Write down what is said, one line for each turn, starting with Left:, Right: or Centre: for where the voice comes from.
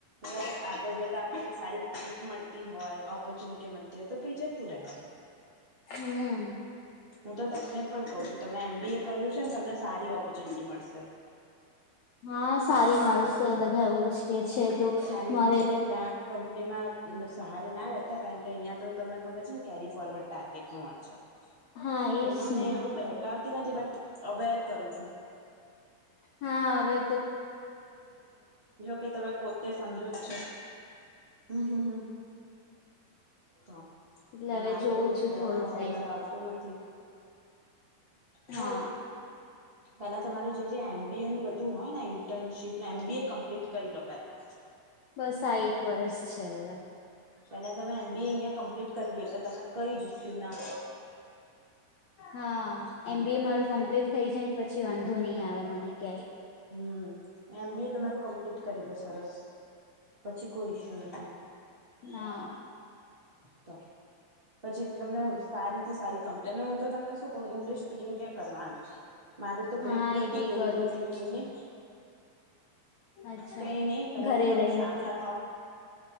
Right: બરાબર આગળ જતા આપણને સારી ગ્રીફ મળતી હોય ઓપોર્ચ્યુનિટી મળતી ત્યારે તો પહિ જતું રહેવાય
Left: હમ
Right: હું તો તમને પણ કહું છું તમે એમ બી એ કર્યું છે ને તમને સારી ઓપોર્ચ્યુનિટી મળશે
Left: હા સારી મળશે બધા એવું જ કે છે તો
Right: સારી
Left: મારે
Right: મળશે એટલે આ કંપનીમાં સહારે ના રહેતા કારણ કે અહીંયા તો તમને ખબર છે ને કેરી ફોરવર્ડ ટારગેટ નું હોય છે
Left: હા
Right: હું
Left: એજ
Right: તમને
Left: ને
Right: એવું બેહેકાવતી નથી બટ અવેર કરું છું
Left: હા હવે
Right: કે તમે પોતે સમજો જ છો હમ હ હમ હમમ
Left: એટલે હવે
Right: મારે
Left: જોઉં
Right: ભી કંઈક
Left: છું
Right: કવાનું
Left: થોડો ટાઈમ
Right: વધારે આવતું હું નથી
Left: હા
Right: હવ પેલા તમારું જે જે એમ બીએ નું બધું હોય ને ઇન્ટર્નશીપ ને એમ બી એ કમ્પ્લીટ કરી લો પેલા
Left: બસ આ એક વર્ષ છે હવે
Right: પેલા તમે એમ બીએ અહિયા કમ્પ્લીટ કરી લો એટલે તમને કઈ ઇસ્યૂ ના
Left: હા
Right: હમ
Left: એમ બી એ મારું કમ્પ્લીટ
Right: એમ
Left: થઇ જાયને પછી વાંધો નહી આવે મને ક્યાંય
Right: હમ એમ બી એ તમારું કમ્પ્લીટ કરી લો સરસ પછી કોઈ ઈસ્યુ નથી
Left: ના.
Right: તો. પછી તો તમને સારી થી સારી કંપની અને હું તો તમને શું કહું ઇંગ્લિશ સ્પીકિંગ કે કરવાની. મારું તો
Left: હા
Right: ગ્રીપ તૂટી
Left: એ બી
Right: ગય
Left: કરવું
Right: ઇલિશ સ્પીકિંગ
Left: છે
Right: ની.
Left: અચ્છા
Right: કઈ નહીિ પેલા
Left: ઘરે
Right: તો તમે
Left: રહીને
Right: સાજા થાવ.